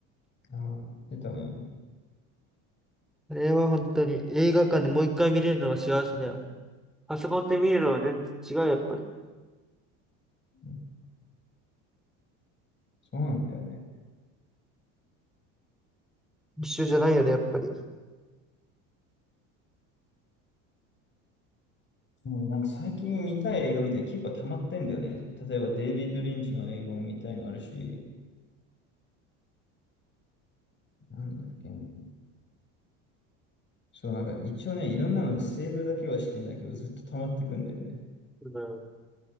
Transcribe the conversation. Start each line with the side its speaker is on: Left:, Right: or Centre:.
Left: うん。ああ、言ってたね。
Centre: あれは本当に映画館でもう一回見れるのは幸せだよ。パソコンで見るのは全然違う、やっぱり。
Left: うんそうなんだよね。
Centre: 一緒じゃないよね、やっぱり。
Left: もうねなんか最近見たい映画みたいに結構溜まってんだよね。例えばデイビッド・リンチの映画も見たいのあるし、なんだっけな。そう、なんか一応ね、いろんなのセーブだけはしてんだけど、ずっと溜まってくんだよね。
Centre: うん